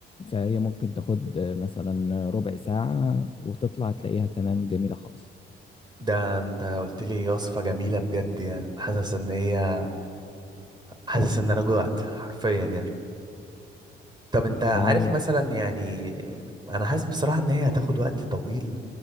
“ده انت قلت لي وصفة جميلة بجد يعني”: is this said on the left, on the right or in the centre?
Right